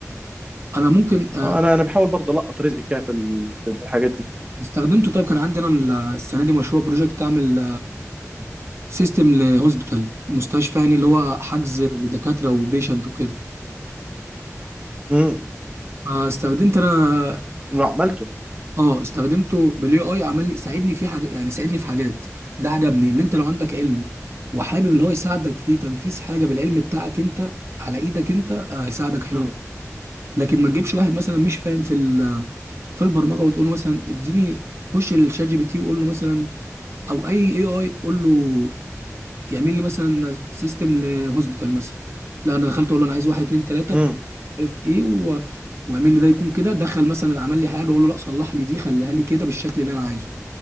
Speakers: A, on the right; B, on the right.
A: انا ممكن آه،
B: آه، انا انا بحاول برضه القط رزقي كده في ال- في في الحاجات دي
A: استخدمته طيب كان عندي انا ال- السنه دي مشروع بروجكت اعمل سيستم لهوسبيتال مستشفى يعني اللي هو حجز لدكاتره وبيشنت وكده
B: امم
A: فاستخدمت انا
B: وعملته
A: اه استخدمته بالاي اي عمل لي ساعدني في حاجه يعني ساعدني في حاجات ده عجبني اللي انت لو عندك علم وحابب اللي هو يساعدك في تنفيذ حاجه بالعلم بتاعك انت على ايدك انت آه، هيساعدك حلو
B: امم
A: لكن ما تجيبش واحد مثلا مش فاهم في ال- في البرمجه وتقول له مثلا اديني خش الشات جي بي تي وقول له مثلا او اي اي اي قول له يعمل لي مثلا سيستم لهوسبيتال مثلا لا انا دخلت اقول له انا عايز واحد اتنين تلاته
B: امم
A: مش عارف ايه و... واعمل لي ده يكون كده دخل مثلا عمل لي حاجه اقول له لا صلح لي دي خليها لي كده بالشكل اللي انا عايزه